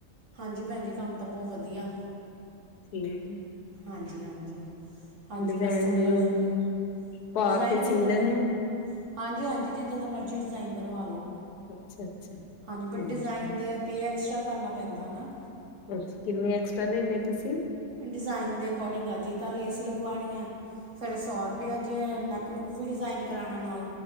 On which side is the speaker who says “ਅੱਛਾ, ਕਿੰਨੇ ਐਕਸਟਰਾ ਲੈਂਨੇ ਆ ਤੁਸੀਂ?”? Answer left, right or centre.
Left